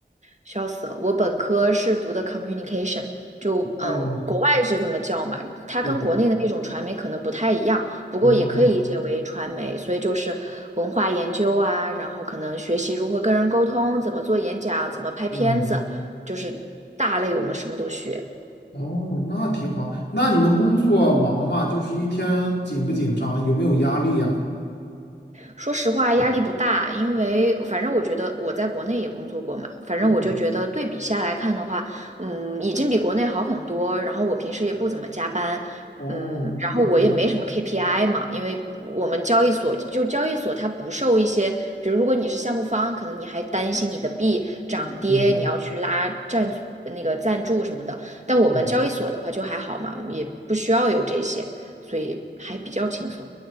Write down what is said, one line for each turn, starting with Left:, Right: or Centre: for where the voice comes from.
Right: 笑死了！我本科是读的 communication，就嗯，
Left: 哦，
Right: 国外是这么叫嘛，它跟国内的那种传媒可能不太一样，
Left: 对，
Right: 不过也可以理解为传媒，
Left: 哦，
Right: 所以就是文化研究啊，然后可能学习如何跟人沟通，怎么做演讲，怎么拍片子，
Left: 嗯，
Right: 就是大类我们什么都学。
Left: 哦，那挺好。那你们工作忙吗？就是一天紧不紧张？有没有压力呀？
Right: 说实话，压力不大，因为反正我觉得我在国内也工作过嘛，反正我就觉得对比下来看的话，
Left: 嗯，
Right: 嗯，已经比国内好很多。然后我平时也不怎么加班，
Left: 哦，
Right: 嗯，然后我也没什么
Left: 那挺，
Right: KPI 嘛，因为我们交易所就交易所它不受一些，比如如果你是项目方，可能你还担心你的币涨跌，
Left: 嗯，
Right: 你要去拉赞那个赞助什么的。但我们交易所的话就还好嘛，
Left: 对，
Right: 也不需要有这些，所以还比较轻松。